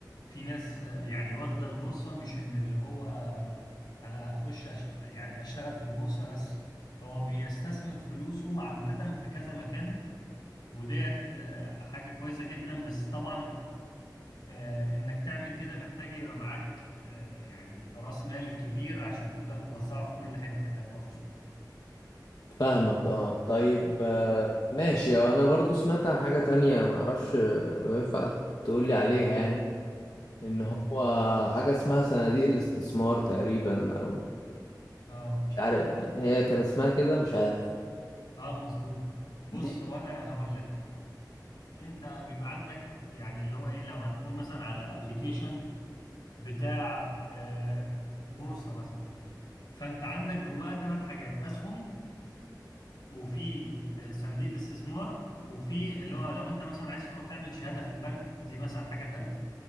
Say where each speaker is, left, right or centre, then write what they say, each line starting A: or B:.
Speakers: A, on the left; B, on the left.
A: في ناس آه، يعني واخدة البورصة مش ان اللي هو انا هخش أش... يعني اشتغل في البورصة بس هو بيستثمر فلوسه عامة في كذا مكان وديت آه، حاجة كويسة جدا بس طبعا آه، انك تعمل كده محتاج يبقى معاك آه، يعني رأس مال كبير عشان تقدر توزعه في كل حتة فاهم قصدي؟
B: فاهمك اه طيب آه، ماشي آه، انا برضو سمعت عن حاجة تانية ما اعرفش لو ينفع تقولي عليها يعني ان
A: امم
B: هو حاجة اسمها صناديق الاستثمار تقريبا او
A: اه
B: مش عارف هي كان اسمها كده مش عارف
A: اه مظبوط بص
B: دي
A: هو انا هقول لك انت بيبقى عندك يعني اللي هو ايه لو هنقول مثلا على ابلكيشن بتاع آه، بورصة مثلا فانت عندك جواه ثلاث حاجات اسهم وفي آه، صناديق الاستثمار وفي اللي هو لو انت مثلا عايز تروح تعمل شهادة في البنك دي مثلا حاجة تالتة